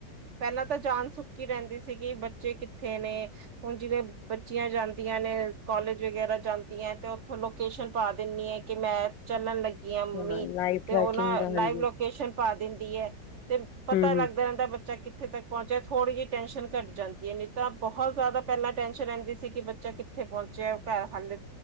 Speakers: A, on the right (about 60°); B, on the left (about 85°).
A: ਪਹਿਲਾਂ ਤਾਂ ਜਾਨ ਸੁੱਕੀ ਰਹਿੰਦੀਂ ਸੀਗੀ ਕਿ ਬੱਚੇ ਕਿੱਥੇ ਨੇ? ਹੁਣ ਜਿਵੇਂ, ਬੱਚੀਆਂ ਜਾਂਦੀਆਂ ਨੇ ਕਾਲੋਜ ਵਗੈਂਰਾ ਜਾਂਦੀਆਂ ਤੇ ਉੱਥੋਂ ਲੋਕੇਸ਼ਨ ਪਾ ਦਿੰਦੀ ਆਂ ਕਿ ਮੈਂ ਚੱਲਣ ਲੱਗੀ ਆ ਮੰਮੀ
B: ਹਾਂ ਲਾਈਵ
A: ਤੇ
B: ਟਰੈਕਿੰਗ
A: ਉਹ ਲਾਈਵ
B: ਦਾ ਹਾਂਜੀ
A: ਲੋਕੇਸ਼ਨ ਪਾ ਦਿੰਦੀ ਹੈ। ਤੇ ਪਤਾ
B: ਹੂੰ
A: ਲੱਗਦਾ
B: ਹੂੰ
A: ਰਹਿੰਦਾ ਬੱਚਾ ਕਿਥੇ ਤੱਕ ਪਹੁੰਚਿਆ ਥੋੜ੍ਹੀ ਜਿਹੀ ਟੈਨਸ਼ਨ ਘੱਟ ਜਾਂਦੀ ਹੈ। ਨਹੀਂ ਤਾਂ ਬਹੁਤ ਜ਼ਿਆਦਾ ਪਹਿਲਾਂ ਟੈਸ਼ਨ ਰਹਿੰਦੀ ਸੀ ਕਿ ਬੱਚਾ ਕਿਥ ਕਿਥੇ ਪਹੁੰਚਿਆ ਘਰ ਹਾਲੇ